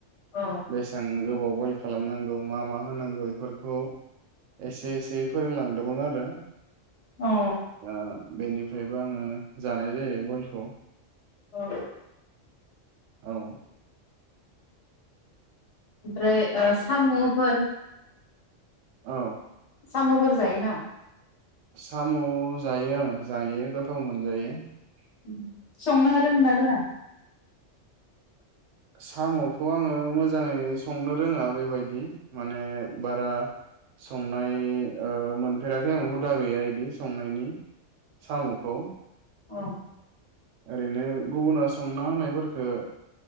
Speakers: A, on the left (about 65°); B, on the right (about 80°).
A: औ
B: बेसेबां गोबाव बयल खालामनांगौ मा मा होनांगौ एफोरखौ एसे एसेै फोरोंलांदोंमोन आरो
A: औ
B: दा बेनिफ्रायबो आङो जानाय जायो बयल खौ
A: औ
B: औ
A: ओमफ्राय आ साम'फोर
B: औ
A: साम'फोर जायोना
B: साम' जायो आङो जायो गोथाव मोनजायो ।
A: उम संनो रोङो ना रोङा?
B: साम'खौ आङो मोजाङै संनो रोङा बेबायदि माने बारा संनाय ओ मोनफेराखै आं हुदा गैया इदि संनायनि । साम'खौ
A: अ
B: ओरैनो गुबुना संना होनायफोरखौ